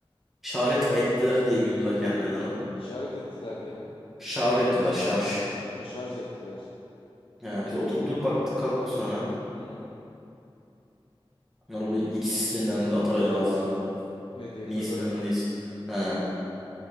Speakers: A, in the centre; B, on the left.
A: Şarj et- ettiler diye güldüler kendilerine.
B: İşaret ettiler diye mi?
A: Şarj ettiler. Şarj.
B: Ha şarj ettiler.
A: He, biz oturduk baktık kalktık sonra.
B: Hı.
A: Sonra bu ikisi sinirlendi Atalay'la ağzına.
B: Ne diye
A: Niye
B: kızlara
A: sinirlendiyiz?
B: mı?
A: He.